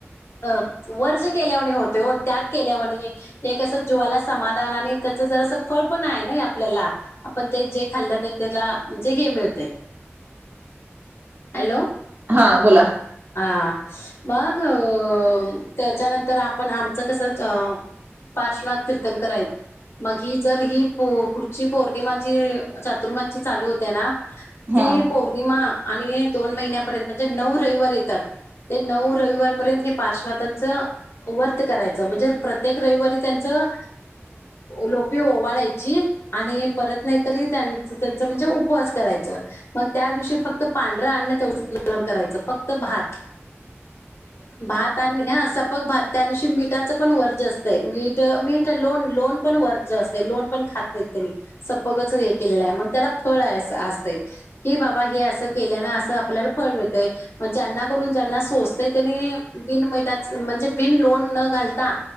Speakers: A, on the left (about 60°); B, on the right (about 50°).
A: अ वर्ज्य केल्या वाणी होतय ओ त्याग केल्या वाणी. ते कसं जीवाला समाधान आणि त्याचं जरा असं फळ पण आहे ना आपल्याला. पण ते जे खाल्लं नाही त्याला म्हणजे हे मिळतय. हॅलो.
B: हा बोला.
A: हां. मग अ त्याच्यानंतर आपण आमचं कसं अ पाच लाख तीर्थकार आहेत मग ही जर ही पुढची पोरं ते माझी चातुर्माची चालू होते ना
B: हा
A: ती पोरं. किमान आणि दोन महिन्यापर्यंत म्हणजे नऊ रविवार येतातं. ते नऊ रविवार पर्यंत हे पार्श्वानाथचं. व्रत करायचं म्हणजे प्रत्येक रविवारी त्यांचं. लोपी ओवाळायची आणि? परत नाही तरी त्यांच म्हणजे उपवास करायचं. मग त्या दिवशी फक्त पांढरंअन्न तेवढं ग्रहण करायचं फक्त भात.
B: ह.
A: भात आणि? हा सपक भात त्या दिवशी मिठाचं पण वर्ज असते मीठ मीठ लोन लोन. पण वर्ज असत लोन पण खातं त्यांनी सफक हे केलेलं आहे मग त्याला फळ आहे असते. कि बाबा हे असं केल्या ना असं आपल्याला फळ मिळतंय. मग ज्यांना करून ज्यांना सोचतयं त्यांनी बिन मिठचं म्हणजे बिन लोन न घालता.